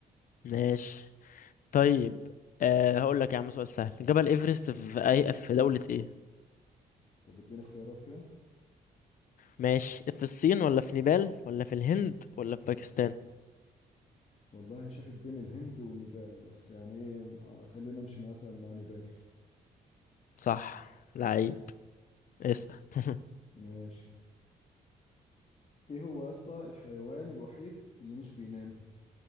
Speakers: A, on the left; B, on the left.
A: ماشي طيب آه هقول لك يا عم سؤال سهل جبل ايفرست في اي في دولة ايه
B: طب اديني اختيارات كده
A: ماشي في الصين ولا في نيبال ولا في الهند ولا في باكستان
B: والله شاكك بين الهند ونيبال بس يعني ايه آه، خلينا امشي مثلا مع نيبال
A: صح لعيب اسأل <laughs>
B: ماشي ايه هو يا اسطى الحيوان الوحيد اللي مش بينام